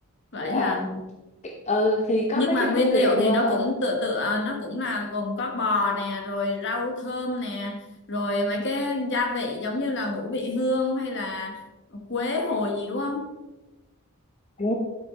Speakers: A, on the left; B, on the left.
A: vậy
B: Tức là
A: hả?
B: ừ thì có
A: Nhưng
B: mấy
A: mà
B: cái
A: nguyên
B: nguyên
A: liệu
B: liệu
A: thì
B: ờ,
A: nó cũng tựa tựa, ờ, nó cũng là gồm có bò nè, rồi rau thơm nè, rồi mấy cái gia vị giống như là ngũ vị hương hay là quế hồi gì đúng không?
B: ờ,